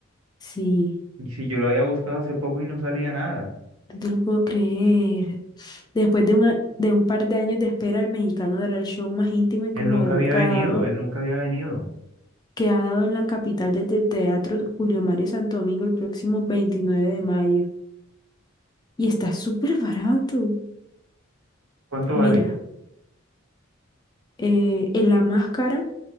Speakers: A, on the left; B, on the right.
A: Sí,
B: Si yo lo había buscado hace poco y no salía nada.
A: no te lo puedo creer. Después de, una- de un par de años de espera, el mexicano dará el show más íntimo y
B: Él
A: conmovedor
B: nunca había
A: que
B: venido,
A: ha dado,
B: él nunca había venido.
A: que ha dado en la capital desde el Teatro Julio Mario Santo Domingo el próximo 29 de mayo. Y está súper barato.
B: ¿Cuánto
A: Mira,
B: vale?
A: eh, en la máscara